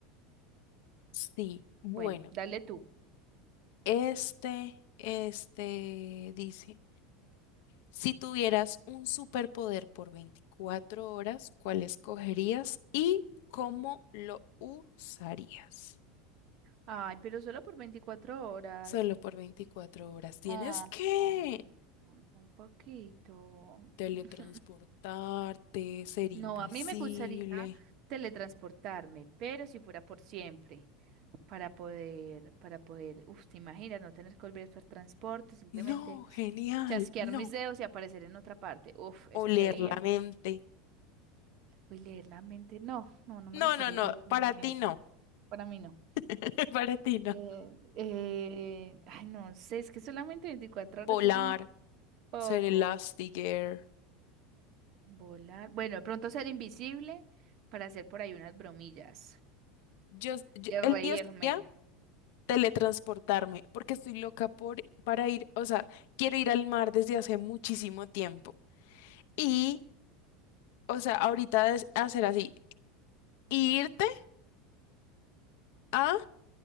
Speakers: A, on the left; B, on the right.
A: Sí, bueno,
B: Bueno, dale tú.
A: este, este dice, si tuvieras un superpoder por 24 horas, ¿cuál escogerías y cómo lo usarías?
B: Ay, pero solo por 24 horas.
A: Solo por 24 horas. Tienes
B: Oh,
A: que...
B: oh, muy muy poquito.
A: teletransportarte,
B: <laughs>
A: ser invisible.
B: No, a mí me gustaría teletransportarme, pero si fuera por siempre, para poder, para poder, uff, te imaginas, no tener que volver a usar transporte, simplemente
A: No, genial,
B: chasquear
A: no.
B: mis dedos y aparecer en otra parte. Uff, eso
A: Oler
B: sería.
A: la mente.
B: Uy, leer la mente, no, no, no me
A: No,
B: gustaría
A: no, no,
B: leer la
A: para
B: mente.
A: ti no,
B: Para mí no.
A: <laughs> para ti no.
B: Eh, eh, ay, no sé, es que solamente 24 horas
A: Volar,
B: es muy poco.
A: ser Elastigirl.
B: Volar, bueno, de pronto ser invisible para hacer por ahí unas bromillas
A: Yo, yo-
B: y reírme.
A: el mío sería teletransportarme, porque estoy loca por, para ir, o sea, quiero ir al mar desde hace muchísimo tiempo. Y, o sea, ahorita es hacer así, irte a,